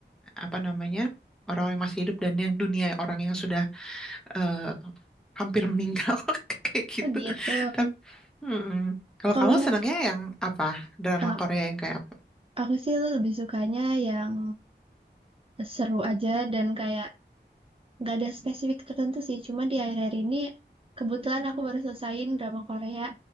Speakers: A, in the centre; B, on the right.
A: apa namanya orang yang masih hidup dan yang dunia orang yang sudah eh, hampir meninggal <laughs> kayak gitu.
B: Oh gitu.
A: Tapi Mm-mm. Kalau
B: Kalau
A: kamu senangnya yang apa? Drama
B: eh,
A: Korea yang kayak apa?
B: aku sih lebih sukanya yang seru aja dan kayak nggak ada spesifik tertentu sih cuma di akhir-akhir ini kebetulan aku baru selesaiin drama Korea